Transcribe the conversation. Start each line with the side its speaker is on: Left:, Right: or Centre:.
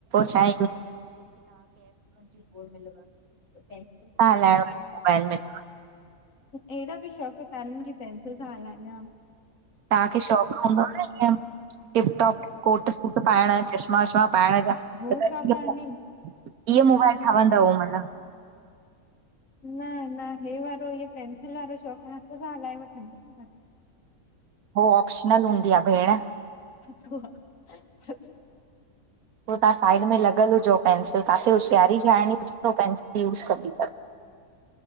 Right: सां
Left: पियो मिले पेंसिल सां
Right: हलाइण <unintelligible>
Left: हलाइण
Right: मोबाइल म
Left: अहिड़ा बि शौक़ु कान आनि की पेंंसिल सां हलाइया
Right: तव्हांखे शौक़ कोन <unintelligible> टिपटॉप
Left: त
Right: कोट सूट पाइण, चश्मा वश्मा पाइण
Left: हो
Right: जा <unintelligible>
Left: शौक़ आहिन।
Right: इीअ मोबाइल ठहंदव माना
Left: न न हे वारो इहो पेंसिल वारो शौंक़ु न आ, हथ सां हलाए वठंदी
Right: हो ऑप्शनल हूंदी आहे भेण उहो
Left: हथ <unintelligible> ह <inaudible>
Right: पोइ तव्हां साइड में लॻल हुजो, पेंसिल काथे होशियारी झाड़णी हुजे त हू पेंसिल यूज़ कदीं